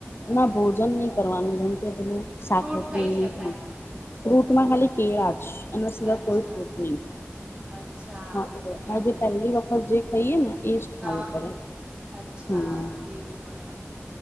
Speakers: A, on the left (about 55°); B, on the right (about 20°).
A: ના ભોજન નહી કરવાનું જેમ કે પેલું શાક
B: ફ્રૂટ
A: રોટલી
B: ખાઈ
A: એવું નહી
B: શકાય
A: ખા ફ્રૂટમાં ખાલી કેળા જ એના સિવાય
B: અચ્છા
A: કોઈ ફ્રૂટ નહી.
B: અચ્છા
A: હા એ
B: બરાબર
A: આજ પહેલી વખત જે ખાઈએ ને એજ ખાવું
B: હા
A: પડે
B: અચ્છા
A: હા
B: એવું હોય